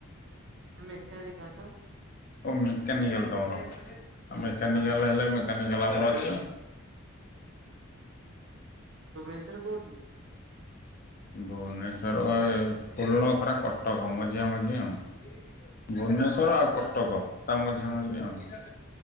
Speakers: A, on the right (about 55°); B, on the left (about 40°).
A: ମେକାନିକାଲ ବା?
B: ଓ ମେକାନିକାଲ୍ ତମର ଆ ମେକାନିକାଲ୍ ହେଲେ ମେକାନିକାଲ୍ ଆମର ଅଛି।
A: ଭୁବନେଶ୍ୱର୍ ରେ କୋଉଠି?
B: ଭୁବନେଶ୍ୱର ବା ଏ ଫୁଲନଖରା କଟକ ମଝିଆ ମଝି ଆଉଁ। ଭୁବନେଶ୍ୱର ଆଉ କଟକ ତା ମଝିଆ ମଝିଆ ଆଉ।